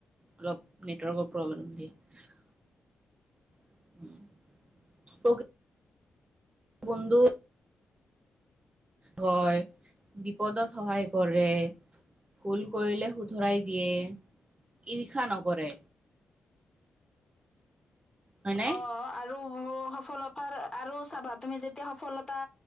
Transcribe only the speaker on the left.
অ' আৰু স সফলতাৰ, আৰু চাবা তুমি যেতিয়া সফলতা